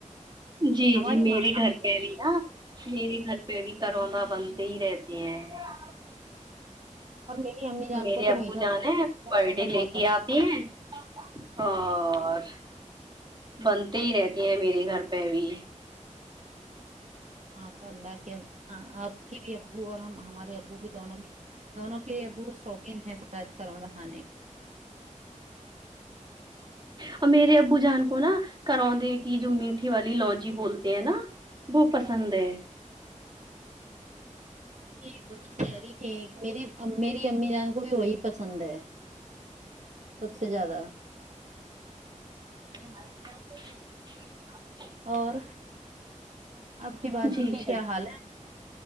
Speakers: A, on the right; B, on the right.
A: جی
B: ہماری
A: جی
B: ماں
A: <unintelligible>
B: اور میری امی جان
A: میرے
B: کو تو
A: ابو
B: میٹھا
A: جان
B: میٹھا
A: ہے پر
B: کروندا
A: ڈے لے
B: بہت
A: کے
B: پسند
A: آتے ہیں اور بنتے ہی رہتے ہیں میرے گھر پے بھی
B: ماشاء اللہ کے آپ کی بھی ابو اور ہم ہمارے ابو بھی دونوں میں دونوں کے ابو شوقین ہیں کروں دکھانے کے
A: اور میرے ابو جان کو نا کروندے کی جو میٹھی والی لوجی بولتے ہیں نا وہ پسند ہے
B: جی وہی کہری تھی میری میری امی جان کو بھی وہی پسند ہے سب سے زیادہ
A: <inaudible>
B: اور آپ کی باجی
A: جی
B: کی
A: اچھا
B: کیا حال ہے